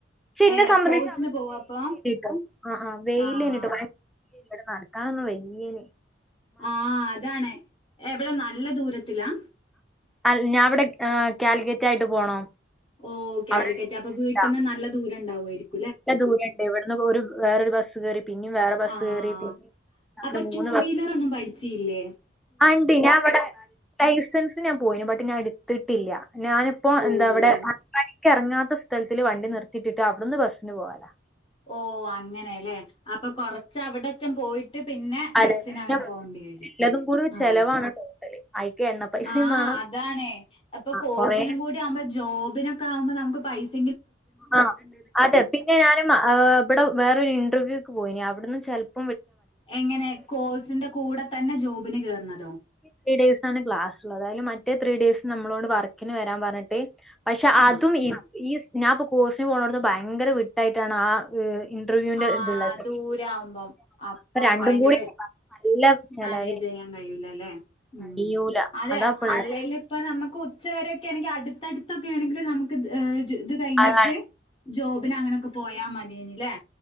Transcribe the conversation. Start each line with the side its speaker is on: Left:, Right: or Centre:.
Centre: ക്ഷെ ഇന്നെ
Left: ഏ
Centre: സംബന്ധിച്ച്
Left: കോഴ്സിന്
Centre: അവടെക്കെ
Left: പോവാ
Centre: വെയിലേനിട്ടൊ
Left: അപ്പൊ
Centre: ആ ആ വെയിലേനിട്ടൊ
Left: ആഹ്
Centre: ഭയങ്ക് ഇവിടെ നടക്കാനൊന്ന് വയ്യയ്നി
Left: ആ അതാണ് എവടെ നല്ല ദൂരത്തിലാ
Centre: അൽ ഞാവിടെ ഏ കാലിക്കറ്റായിട്ട് പോണം
Left: ഓ കാലിക്കറ്റ്
Centre: അവിടെ ഒരു ഇൻസ്റ്റിറ്റ്യൂട്ടാ.
Left: അപ്പൊ വീട്ട്ന്ന് നല്ല ദൂരണ്ടാവോയിരിക്
Centre: നല്ല ദൂരണ്ട് ഇവടുന്ന് ഒരു വേറൊരു ബസ്സ് കേറി പിന്നെം വേറെ ബസ്സ്
Left: ആഹ്
Centre: കേറി പിന്നിം അങ്ങനെ
Left: അപ്പൊ
Centre: മൂന്ന്
Left: ടൂ
Centre: ബസ്
Left: വീലറൊന്നും പഠിച്ചീല്ലേ
Centre: ആണ്ട് ഞാവിടെ ലൈസൻസ് ജ് ഞാൻ പോയീന് ബട്ട് ഞാട്ത്തിട്ടില്ല ഞാനിപ്പോ
Left: ഓ
Centre: എന്താവിടെ <unintelligible> കറങ്ങാത്ത സ്ഥലത്തിൽ വണ്ടി നിർത്തിട്ട്ട്ട് അവിടുന്ന് ബസ്സിന് പോകലാ
Left: ഓ അങ്ങനെല്ലേ അപ്പൊ കൊറച്ച് അവിടറ്റം പോയിട്ട് പിന്നെ
Centre: അതെ
Left: ബസ്സിന്
Centre: പിന്നെ
Left: അങ്ങനെ
Centre: ബസ്
Left: പോകേണ്ടി വരും
Centre: എല്ലതും കൂടി ചെലവാണ്
Left: ആ
Centre: ടോട്ടല് അയിക്ക് എണ്ണ പൈസയും
Left: ആഹ
Centre: വേണം
Left: അതാണ് അപ്പൊ
Centre: ആ
Left: കോഴ്സിനും
Centre: കൊറേ
Left: കൂടി ആവുമ്പോ ജോബിനൊക്കെ ആവുമ്പോ നമുക്ക് പൈസ
Centre: ആ അതെ പിന്നെ ഞാനും ഇവിടെ വേറൊരു ഇന്റർവ്യൂക്ക് പോയി അവിടുന്ന് ചൽപ്പം
Left: എങ്ങനെ കോഴ്സിന്റെ കൂടെ തന്നെ ജോബിന് കേർണതോ
Centre: ത്രീ ഡെയ്സ്‌ ആണ് ക്ലാസുള്ളത് അയിൽ മറ്റേ ത്രീ ഡേയ്സ് നമ്മളോട് വർക്കിന് വരാൻ പറഞ്ഞിട്ട് പക്ഷെ അതും
Left: ആഹ്
Centre: ഈഈ ഞാനിപ്പൊ കോഴ്സിന് പോണോടത് ഭയങ്കര വിട്ടായിട്ടാണ് ആ ഹ് ഇന്റർവ്യൂവിന്റെ
Left: ആഹ്
Centre: ഇതുള്ള അപ്പം
Left: ദൂരാവുമ്പം അപ്പം
Centre: രണ്ടും
Left: ഭയങ്കര
Centre: കൂടി നല്ല ചെലവേ
Left: മാനേജ് ചെയ്യാൻ കഴിയൂലല്ലേ ഉം
Centre: കഴിയൂല
Left: അതെ
Centre: അതാപ്പള്ളത്
Left: അല്ലെല്ഇപ്പ നമുക്ക് ഉച്ചവരെ ക്കെണെങ്കിൽ അടുത്തടുത്തൊക്കെ ആണെങ്കിൽ നമുക്ക് ഇത് കഴിഞ്ഞിട്ട്
Centre: അതാണ്
Left: ജോബിൻ അങ്ങനൊക്കെ പോയാ മതിയ്നിലേ